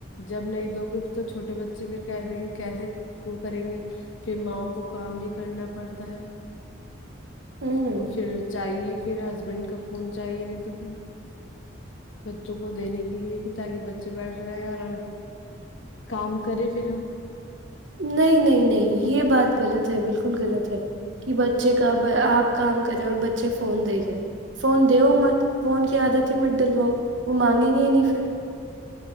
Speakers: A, on the left; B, on the right.
A: جب نہیں دو گے تو چھوٹے بچے پھر کہ دیں گے کیسے وہ کریں گے پھر ماںؤ کو کام بھی کرنا پڑتا ہے
B: ہوں
A: وہ پھر چاہے پھر ہسبینڈ کا کوونچاہیے نہیں تو ت بچوں کو دینے کے لیے کہ تاکہ بچے بیٹھ رہے ہیں اور کام کرے پھر ہم
B: نہیں نہیں نہیں یہ بات غلط ہے بالکل غلط ہے کہ بچے کا آپ کام کریں اور بچے فون دیکھیں فون د ہو مت فون کی عادت ہی م ڈل و وہ مانگیں گے ہی نہیں پھر